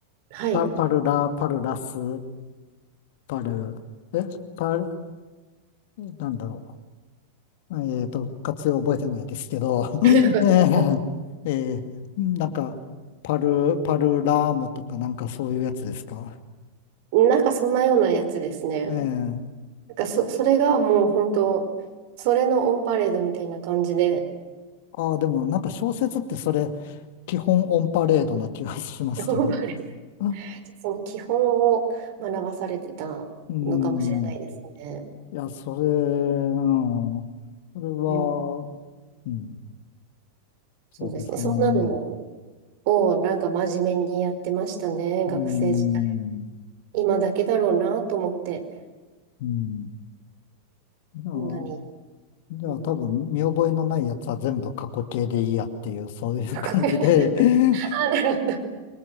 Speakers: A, on the right (about 50°); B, on the left (about 50°).
A: はい。
B: パ、パルラ、パルラス、パル、え、パル、なんだろう。えっと、活用覚えてないですけど、
A: <laughs>
B: <laughs> えー、えーなんか、パル、パルラームとかなんかそういうやつですか。
A: なんかそんなようなやつですね。
B: ええ
A: なんかそ、それがもう本当、それのオンパレードみたいな感じで、
B: ああ、でもなんか小説ってそれ、基本オンパレードな気がしますけど。
A: オンパレード。
B: <laughs>
A: <laughs> その基本を学ばされてたのかもしれないですね。
B: うん。いや、それ、うん。それは、
A: うん
B: うん、
A: そうですね。
B: そうですかね。
A: そんなの
B: まあ、
A: をなんか真面目にやってましたね、学生時代。
B: うん。
A: 今だけだろうなと思って、
B: うん。じゃあ
A: こんなに。
B: じゃあ多分見覚えのないやつは全部過去形でいいやっていう、
A: うん、
B: そういう感じで
A: かっこいい。<laughs>
B: <laughs>
A: あなるほど。